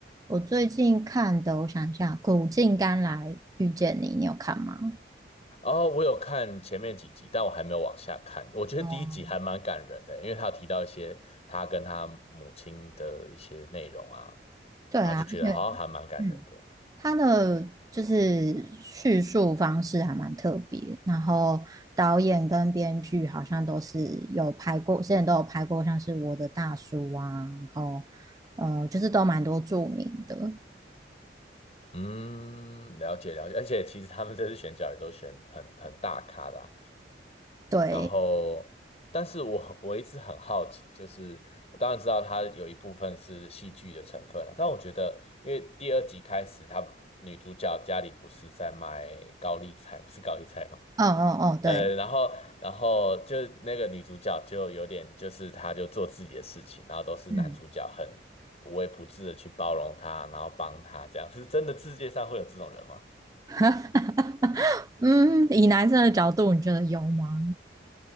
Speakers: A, on the right; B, on the left.
A: 我最近看的，我想一下，《苦尽甘来遇见你》，你有看吗？
B: 哦，我有看前面几集，但我还没有往下看。我觉得第一集还蛮感人的，
A: 哦，
B: 因为他有提到一些他跟他母亲的一些内容啊，
A: 对啊，
B: 然后就觉得好像还蛮感人的。
A: 而且嗯。他的就是叙述方式还蛮特别，然后导演跟编剧好像都是有拍过，现在都有拍过，像是我的大叔啊，然后呃，就是都蛮多著名的，
B: 嗯，了解了解，而且其实他们这次选角也都选很很大咖的啊
A: 对，
B: 然后，但是我我一直很好奇，就是我当然知道它有一部分是戏剧的成分了，但我觉得，因为第二集开始，她女主角家里不是在卖高丽菜吗？是高丽菜吗？
A: 哦哦哦，对，
B: 呃，然后，然后就那个女主角就有点，就是她就做自己的事情，然后都是男主角很无微不至的去包容她，
A: 嗯，
B: 然后帮她，这样是真的世界上会有这种人吗？
A: <laughs> 嗯，以男生的角度，你觉得有吗？